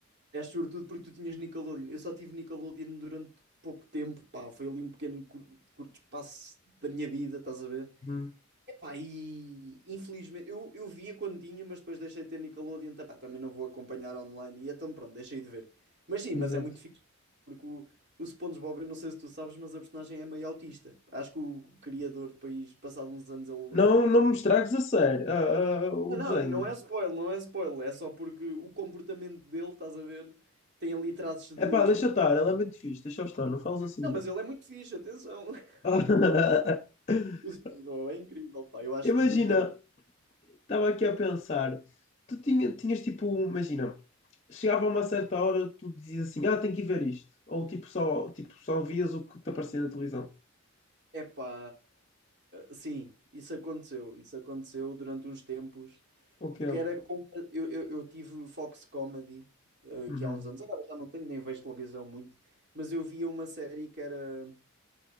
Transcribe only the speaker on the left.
Uhum,
exato.
Não, não me estragues a sério, ah, ah, o
desenho.
É pá, deixa estar, ela é muito fixe, deixa estar, não falas assim
dele.
<laughs>
Imagina,
estava aqui a pensar, tu tinha, tinhas tipo, imagina. chegava a uma certa hora, tu dizias assim, ah, tenho que ir ver isto. Ou tipo só, tipo, só vias o que te aparecia na televisão.
O que é?
Uhum.